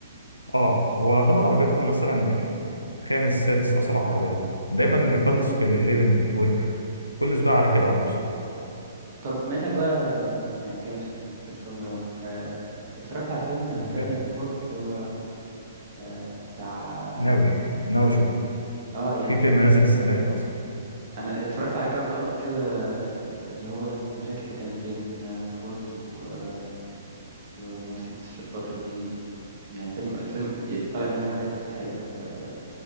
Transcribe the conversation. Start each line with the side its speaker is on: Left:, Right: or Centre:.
Left: اه هو يعتبر عربيتهم مثلا خامس سادس اسرع عربيه دايما بيخلص في ال 11 12 كل سباق على كده الونسو
Right: طب منك بقى يعني جامد في ال- في الفورمولا 1 آه، اتفرجت على فيلم
Left: متابع.
Right: فيراري اند فورد اللي هو آه، بتاع
Left: ناوي ناوي اشوف
Right: اه يعني
Left: في
Right: المفروض
Left: فيلم نازل السنه دي اصلا
Right: انا اتفرجت على كام لقطة كده آه، اللي هو المشاكل اللي كانت بين آه، فورد و... آه، و- ومرسيدس في الفترة دي يعني فيلم الفيلم ي- طالع منه حاجات حلوة آه،